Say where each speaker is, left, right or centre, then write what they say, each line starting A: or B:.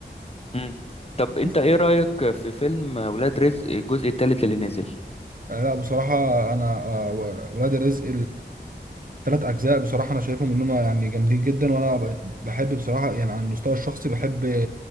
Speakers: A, on the left; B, on the right.
A: مم. طب انت
B: بس.
A: ايه رأيك في فيلم ولاد رزق الجزء الثالث اللي نزل
B: آه، لا بصراحه انا آه، ولاد رزق ثلاث اجزاء بصراحه انا شايفهم انهم يعني جامدين جدا وانا ب- بحب بصراحه يعني على المستوى الشخصي بحب